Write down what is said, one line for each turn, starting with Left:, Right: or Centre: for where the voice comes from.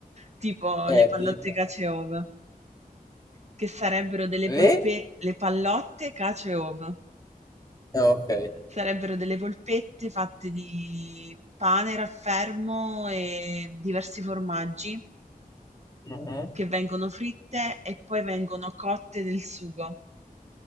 Right: tipo
Left: Eh,
Right: le pallotte
Left: tipo.
Right: caciove. Che sarebbero delle
Left: Lì?
Right: polpe le pallotte, cacio e ovo.
Left: Ah, ok.
Right: Sarebbero delle polpette fatte di pane, raffermo e diversi formaggi
Left: Mhm.
Right: che vengono fritte e poi vengono cotte nel sugo.